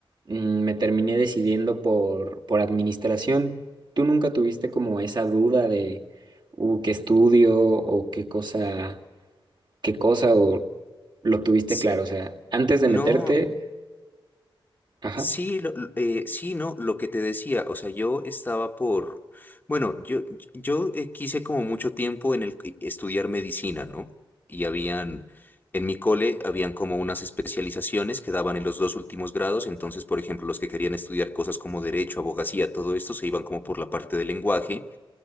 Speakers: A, on the right (about 55°); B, on the left (about 20°).
A: mm, me terminé decidiendo por, por administración. ¿Tú nunca tuviste como esa duda de uh, qué estudio o qué cosa? qué cosa o lo tuviste
B: S-
A: claro? O sea, antes de
B: No.
A: meterte, ajá.
B: Sí, lo- lo- eh, sí, no, lo que te decía, o sea, yo estaba por, bueno, yo, yo eh, quise como mucho tiempo en el que- estudiar medicina, ¿no? Y habían, en mi cole, habían como unas especializaciones que daban en los dos últimos grados, entonces, por ejemplo, los que querían estudiar cosas como derecho, abogacía, todo esto, se iban como por la parte del lenguaje